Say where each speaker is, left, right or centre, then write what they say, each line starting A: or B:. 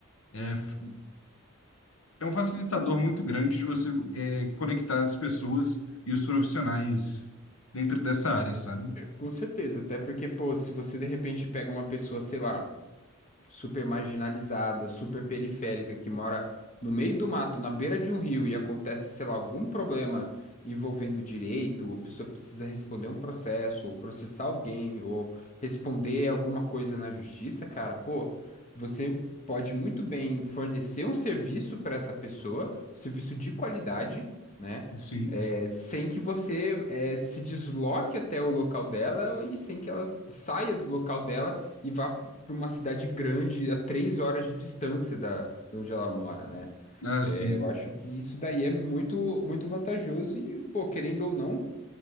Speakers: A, on the left; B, on the left.
A: é, f- é um facilitador muito grande de você é, conectar as pessoas e os profissionais dentro dessa área, sabe?
B: com certeza. Até porque, pô, se você de repente pega uma pessoa, sei lá. super marginalizada, super periférica, que mora no meio do mato, na beira de um rio, e acontece, sei lá, algum problema envolvendo direito, ou a pessoa precisa responder um processo, ou processar alguém, ou responder alguma coisa na justiça, cara, pô, você pode muito bem fornecer um serviço para essa pessoa, um serviço de qualidade, né?
A: Sim,
B: é, sem que você é, se desloque até o local dela e sem que ela saia do local dela e vá para uma cidade grande a três horas de distância da, de onde ela mora, né?
A: ah,
B: É,
A: sim,
B: eu acho que isso daí é muito, muito vantajoso e, pô, querendo ou não,